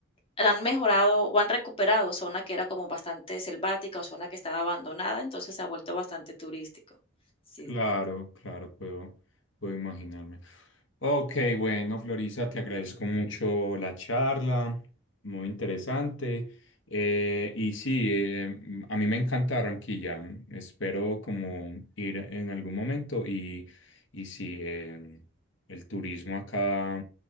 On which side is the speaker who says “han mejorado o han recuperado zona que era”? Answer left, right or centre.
Left